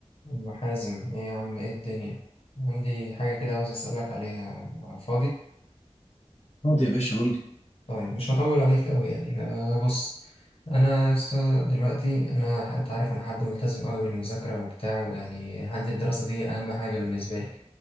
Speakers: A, on the left; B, on the left.
A: أم حازم ايه يا عم ايه الدنيا عندي حاجة كده عاوز أسألك عليها فاضي
B: فاضي يا باشا قول لي
A: طيب مش هطول عليك أوي يعني آه، بص أنا است- دلوقتي أنا أنت عارف أنا حد ملتزم أوي بالمذاكرة وبتاع ويعني عندي الدراسة دي أهم حاجة بالنسبة لي